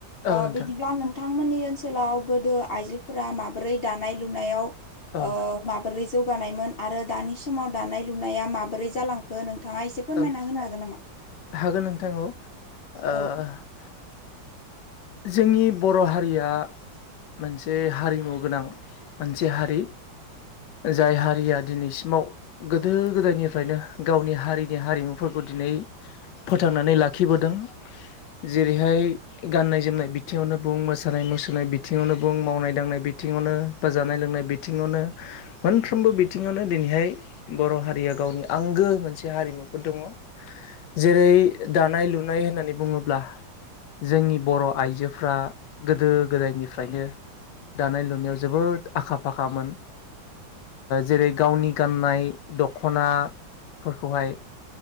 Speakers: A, on the left; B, on the left.
A: औ
B: आ
A: नोंथां
B: बिदिब्ला नोंथांमोननि ओनसोलाव गोदो आइजोफोरा माबोरै दानाय लुनायाव
A: औ
B: ओ माबोरै जौगानायमोन आरो दानि समाव दानाय लुनाया माबोरै जालांखो नोंथाङा एसे फोरमायना
A: औ
B: होनो हागोन नामा?
A: हागोन नोंथां औ ओ
B: औ।
A: जोंनि बर' हारिया मोनसे हारिमु गोनां मोनसे हारि। जाय हारिया दिनैसिमाव गोदो गोदायनिफ्रायनो गावनि हारिनि हारिमुफोरखौ दिनै फोथांनानै लाखिबोदों। जेरैहाय गाननाय जोमनाय बिथिङावनो बुं, मोसानाय मुसुरनाय बिथिङावनो बुं, मावनाय दांनाय बिथिङावनो बा जानाय लोंनाय बि थिङावनो मोनफ्रोमबो बिथिङावनो दिनैहाय बर' हारिया गावनि आंगो मोनसे हारिमुफोर दङ। जेरै दानाय लुनाय होननानै बुङोब्ला जोंनि बर' आइजोफ्रा गोदो गोदायनिफ्रायनो दानाय लुनायाव जोबोद आखा फाखामोन। जेरै गावनि गाननाय दख'नाफोरखौहाय